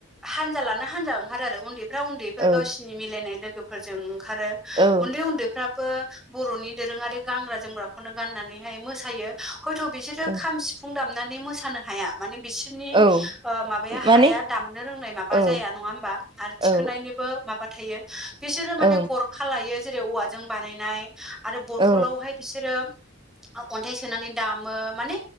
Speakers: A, in the centre; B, on the right.
A: हानजा लाना हानजा ओंखारो आरो उन्दैफ्रा उन्दैफोर
B: औ
A: गावसि नि मिलायनाय लोगोफोरजों ओंखारो
B: औ
A: उन्दै उन्दैफ्राबो बर'नि दोरोङारि गानग्रा जोमग्राखौनो गाननानैहाय मोसायो हयथ' बिसोरो
B: औ
A: खाम सिुफुं दामनानै मोसानो हाया माने बिसोरनि
B: औ
A: ओ माबाया
B: माने
A: हाया दामनो रोंनाय माबा
B: औ
A: जाया नङा होमबा आरो थिखोननायनिबो
B: औ
A: माबा थायो बिसोरो माने
B: औ
A: गरखा लायो जेरै औवाजों बानायनाय आरो बथलावहाय
B: औ
A: बिसोरो अन्थाइ सोनानै दामो माने